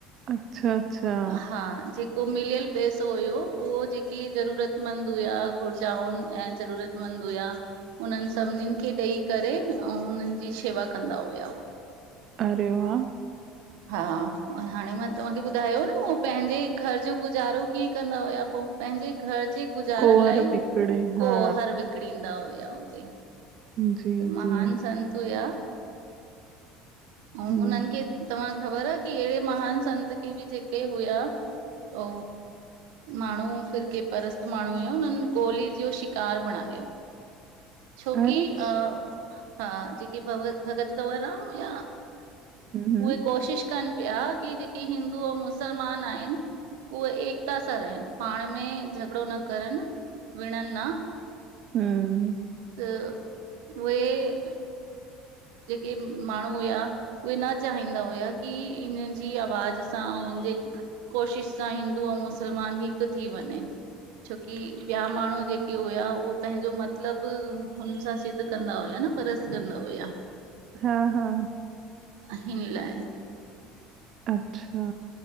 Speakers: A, on the right; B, on the right.
A: अच्छा अच्छा
B: हा जे उ मिलियल पैसो हुयो, उहो जेके ज़रूरतमंद हुआ घुरजाउन ऐं ज़रूरत वंद हुया उनन सभनिन खे ॾेई करे अऊं उनन जी शेवा कंदा हुया
A: अरे वाह
B: हा हाणे मां तवां खे ॿुधायो न उहो पंहिंजे घर जो गुजारो कीअं कंदा हुया पो पंहिंजे घर जे गुजारण
A: कुंवर
B: लाए
A: पिकड़े
B: उ
A: हा
B: कोहर विकणीं ईंदा हुया उहे
A: जी
B: महान
A: जी
B: संत हुया
A: हम्म
B: अऊं उनन
A: हम्म
B: खे तव्हां ख़बर की अहिड़े महान संत खे बि जेके हुया ओ माण्हू फिरके परस्त माण्हू हुया, उनन गोली जो शिकार बणायो छोकी
A: अरे हम्म
B: अ हा जेके भ भगत कंवरराम हुया
A: हम्म
B: उहे कोशिश कन ॿिया की जेके हिंदू अऊं मुसलमान आहिन उहे एकता सां रहिन पाण में झगड़ो न करन विणन न
A: हुं
B: त उहे जेके माण्हू हुया उहे न चाहींदा हुया की इन जी आवाज़ सां उन जे कोशिश सां हिंदू ऐं मुसलमान हिक थी वञे छोकी ॿिया माण्हू जेके हुया उहो पंहिंजो मतलब बि हुन सां सिद्ध कंदा हुया न परस कंदा हुया
A: हा हा
B: हिन लाए
A: अच्छा